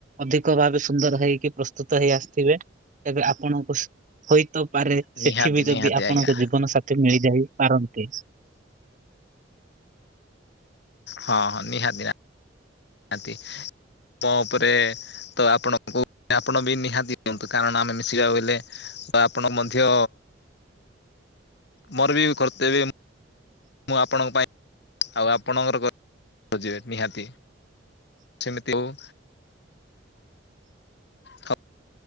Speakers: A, on the right (about 45°); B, on the left (about 65°).
A: ଅଧିକ ଭାବେ ସୁନ୍ଦର ହେଇକି ପ୍ରସ୍ତୁତ ହେଇ ଆସିଥିବେ। ଏବେ ଆପଣଙ୍କୁ ହୋଇତ ପାରେ
B: ନିହାତି
A: ସେଠି ବି ଯଦି
B: ନିହାତି
A: ଆପଣଙ୍କୁ
B: ଆଜ୍ଞା
A: ଜୀବନ ସାଥି ମିଳିଯାଇ ପାରନ୍ତି।
B: ହଁ, ହଁ ନିହାତିି ନି ହାତି। ମୋ ଉପରେ ତ ଆପଣଙ୍କୁ ଆପଣ ବି ନିହାତି ଦିଅନ୍ତୁ କାରଣ ଆମେ ମିଶିବାକୁ ଗଲେ ତ ଆପଣ ମଧ୍ୟ ମୋର ବି କରିଦେବେ ମୁଁ ଆପଣଙ୍କ ପାଇଁ ଆଉ ଆପଣଙ୍କର ଖୋଜିବେ ନିହାତି। ସେମିତି ହଉ। ହ